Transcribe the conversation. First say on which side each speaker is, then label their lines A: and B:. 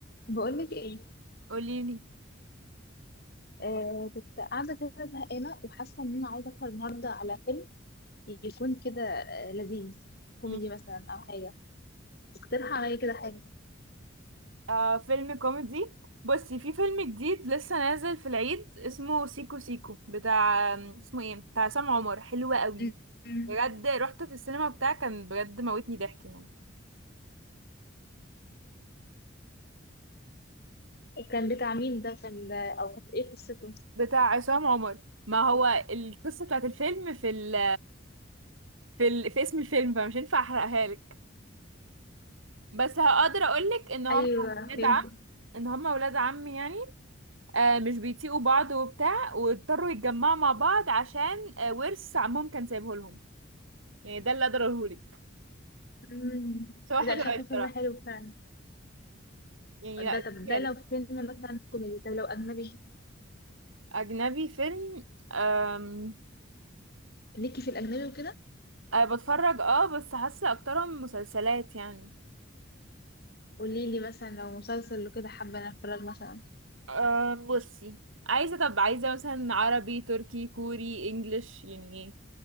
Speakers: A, on the left (about 50°); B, on the right (about 85°).
A: بقولك ايه
B: قوليلي
A: آه كنت قاعده كده زهقانه وحاسه ان انا عايزه اسهر النهارده على فيلم يكون كده آه لذيذ كوميدي
B: مم.
A: مثلا او حاجه اقترح عليا كده حاجه
B: آه فيلم كوميدي بصي في فيلم جديد لسه نازل في العيد اسمه سيكو سيكو بتاع اسمه ايه بتاع عصام عمر حلو قوي
A: م- م.
B: بجد رحت في السينما بتاع كان بجد موتني ضحك يعني
A: كان بتاع مين ده كان ده او كانت ايه قصته
B: بتاع عصام عمر ما هو القصة بتاعت الفيلم في ال في ال في اسم الفيلم فمش هينفع احرقها لك بس هقدر اقولك ان هم
A: ايوه فهمت
B: ولاد عم ان هم ولاد عم يعني آه، مش بيطيقوا بعض وبتاع واضطروا يتجمعوا مع بعض عشان آه، ورث عمهم كان سايبه لهم يعني ده اللي اقدر اقولهولك
A: م.
B: بس هو حلو
A: ده شكله
B: قوي بصراحه
A: فيلم حلو فعلا
B: يعني
A: ده
B: لا
A: طب
B: اتفرجي
A: ده
B: عليه
A: لو فيلم مثلا كوميدي طب لو اجنبي
B: اجنبي فيلم أم...
A: ليكي في الاجنبي وكده
B: أه بتفرج اه بس حاسه اكترهم مسلسلات يعني
A: قولي لي مثلا لو مسلسل وكده حابه أنا اتفرج مثلا
B: أم... بصي عايزه طب عايزه مثلا عربي تركي كوري انجليش يعني ايه